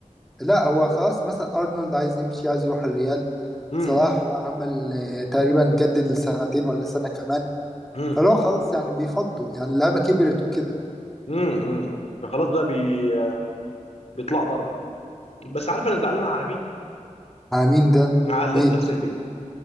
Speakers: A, in the centre; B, on the left (about 55°).
A: لا هو خلاص مثلا ارنولد عايز يمشي عايز يروح الريال
B: امم
A: صلاح عمل آه، تقريبا جدد لسنتين ولا سنة كمان
B: امم
A: فلو خلاص يعني بيفضوا يعني اللعيبة كبرت وكده
B: امم فخلاص بقى بي... بيطلعوا بره بس عارف انا زعلان على مين
A: على مين ده
B: على ليستر
A: مين
B: سيتي